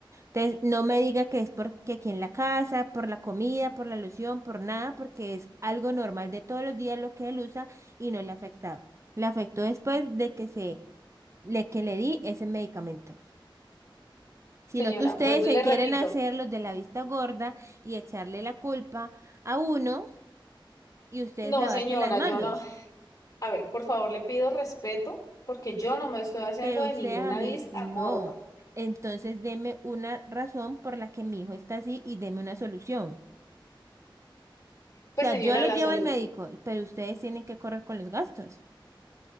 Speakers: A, on the right (about 35°); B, on the left (about 45°).
A: Entonces, no me diga que es porque aquí en la casa, por la comida, por la alusión, por nada, porque es algo normal de todos los días lo que él usa y no le ha afectado. Le afectó después de que se, le que le di ese medicamento. Sino
B: Señora,
A: que ustedes
B: vuelvo
A: se
B: y le
A: quieren
B: repito.
A: hacer los de la vista gorda y echarle la culpa a uno y ustedes
B: No,
A: lavarse
B: señora,
A: las manos.
B: yo no. A ver, por favor, le pido respeto porque yo no me estoy haciendo
A: Pero
B: de
A: ustedes
B: ninguna
A: a mí
B: vista
A: no.
B: gorda.
A: Entonces, deme una razón por la que mi hijo está así y deme una solución.
B: Pues,
A: O sea,
B: señora,
A: yo los
B: la
A: llevo
B: salud.
A: al médico, pero ustedes tienen que correr con los gastos.